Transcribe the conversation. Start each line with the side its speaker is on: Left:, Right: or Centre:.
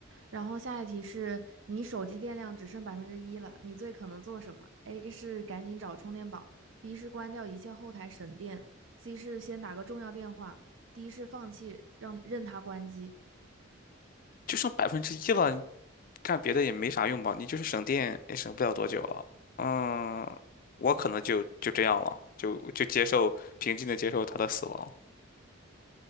Right: 然后下一题是你手机电量只剩百分之一了，你最可能做什么？A 是赶紧找充电宝，B 是关掉一切后台省电，C 是先打个重要电话，D 是放弃让任它关机。
Left: 就剩百分之一了，干别的也没啥用吧？你就是省电也省不了多久了。嗯，我可能就就这样了，就就接受平静的接受他的死亡。